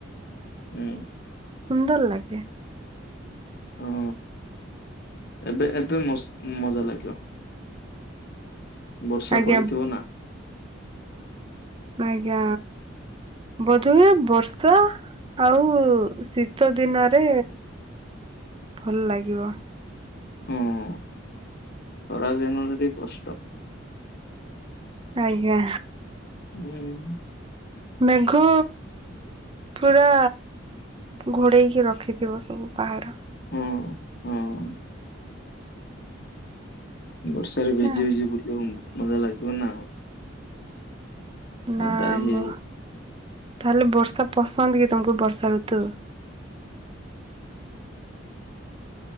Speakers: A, on the left (about 55°); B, on the right (about 30°).
A: ହୁଁ।
B: ସୁନ୍ଦର ଲାଗେ।
A: ହଁ ଏବେ ଏବେ ମ ମଜା ଲାଗିବ। ବର୍ଷା
B: ଆଜ୍ଞା
A: ପଡିଥିବ ନା।
B: ଆଜ୍ଞା ବୋଧେ ହୁଏ ବର୍ଷା ଆଉ ଶୀତ ଦିନରେ ଭଲ ଲାଗିବ।
A: ହଁ ଖରା ଦିନରେ ଟିକେ କଷ୍ଟ।
B: ଆଜ୍ଞା।
A: ହୁଁ।
B: ମେଘ ପୁରା ଘୋଡ଼େଇକି ରଖିଥିବ ସବୁ ପାହାଡ଼
A: ହଁ ହଁ। ବର୍ଷାରେ ଭିଜି
B: ନା
A: ଭିଜି ବୁଲିବାକୁ ମଜା ଲାଗିବ ନା ଆଉ,
B: ନା
A: ଓଦା ହେଇ
B: ମ
A: ହେଇ
B: ତାହେଲେ ବର୍ଷା ପସନ୍ଦ କି ତମକୁ ବର୍ଷା ଋତୁ